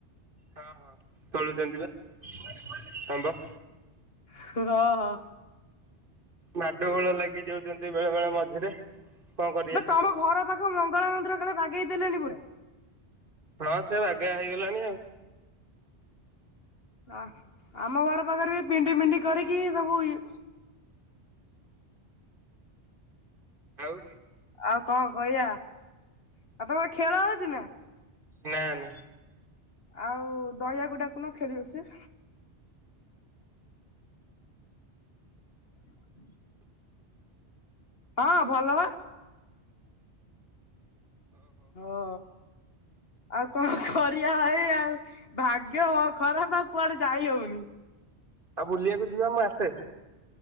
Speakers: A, on the right; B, on the left.
A: ହଁ ହଁ ଚଳୁଚନ୍ତି ବା ହଁ ବା।
B: ହୁ ହ ହ।
A: ମାଡଗୋଳ ଲାଗି ଯାଉଚନ୍ତି ବେଳେ ବେଳେ ମଝିରେ। କଣ କରିବା
B: ବେ ତମ ଘର ପାଖ ମଙ୍ଗଳା ମନ୍ଦିର କାଳେ ବାଗେଇ ଦେଲେଣି ପୁରା?
A: ନ ସେ ବାଗା ହେଇଗଲାଣି ଆଉ।
B: ଅ ଆମ ଘର ପାଖରେ ବି ପିଣ୍ଡି ପିଣ୍ଡି କରିକି ସବୁ ଇ
A: ଆଉ
B: ଆଉ ଙ୍କ କହିବା ଆଉ ତମର ଖେଳ ହଉଛି ନା?
A: ନା ନା
B: ଆଉ ଦୟା କୁ ଡାକୁନ ଖେଳିବ ସେ? <inaudible> ହଁ ଭଲ ବା। ଓହୋ ଆଉ କଣ କରିବା ଭାଇ ଆଉ? ଭାଗ୍ୟ ହ ଖରାପେ ଆଉ କୁଆଡେ ଯାଇ ହଉନି।
A: ଆ ବୁଲିବାକୁ ଯିବା ମୁଁ ଆସେ।